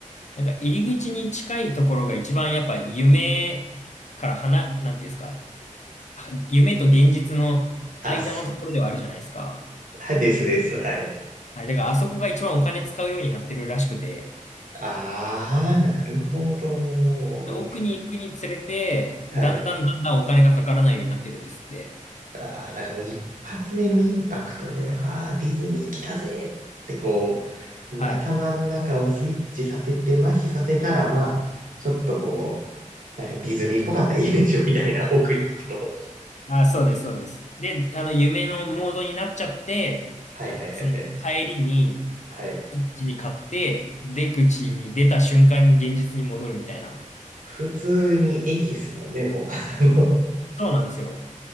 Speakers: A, on the left; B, on the right.
A: なんか入り口に近いところが一番やっぱ夢から離、なんていうんですか、は夢と現実の間のところではあるじゃないですか。
B: う。あ、すはい、ですです、はい。
A: はい、だからあそこが一番お金使うようになってるらしくて、
B: ああ、なるほど、も
A: で、奥に行くにつれて、
B: う。
A: だんだんだんだんお金がかからないようになってるんですって。
B: はい。ああ、だからもう一発目のインパクトで、ああ、ディズニー来たぜってこう、
A: はい。
B: 頭の中をスイッチさせて、麻痺させたら、まあ、ちょっとこう、なんかディズニーっぽかったらいいでしょみたいな奥に行くと。
A: あ、そうです、そうです。で、あの、夢のモードになっちゃって、
B: はいはいはい
A: その帰りに
B: はい。はい。
A: 一気に買って、出口に出た瞬間に現実に戻るみたいな。
B: 普通に駅っすもんね、もう。あの、
A: そうなんですよ。